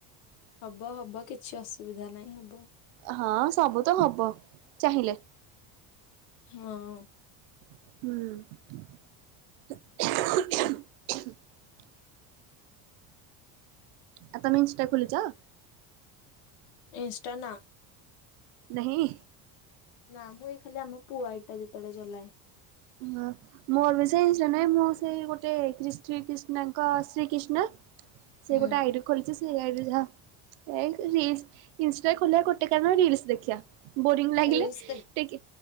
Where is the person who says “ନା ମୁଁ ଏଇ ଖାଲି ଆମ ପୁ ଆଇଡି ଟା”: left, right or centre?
Left